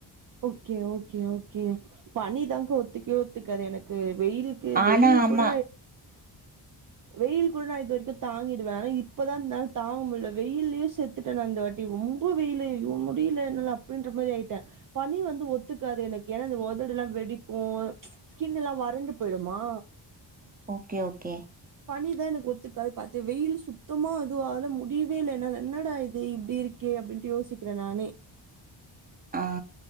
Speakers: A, on the right (about 45°); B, on the right (about 20°).
A: ஓகே ஓகே ஓகே பனிதாங்க்கா ஒத்துக்கவே ஒத்துக்காது எனக்கு வெயிலுக்கு
B: ஆனா
A: வெயில்
B: ஆமா
A: கூட வெயில் கூட நா இது வரைக்கு தாங்கிடுவே ஆனா இப்பதா நா தாங்க முடியல வெயிலேயே செத்துட்டே நா இந்த வாட்டி ஓ ரொம்ப வெயிலு முடியல என்னல்ல அப்புடின்ற மாரி ஆயிட்டே பனி வந்து ஒத்துக்காது எனக்கு ஏன்னா இந்த ஒதடு எல்லா வெடிக்கு ஸ்கின் எல்லா வறண்டு போயிடுமா
B: ஓகே ஓகே
A: பணிதா எனக்கு ஒத்துக்காது பாத்த வெயில் சுத்தமா அது ஆலே முடியவே இல்ல என்னால என்னடா இது இப்பிடி இருக்கே ஏன் அப்பிடின்ட்டு யோசிக்கிறே நானே
B: ஆ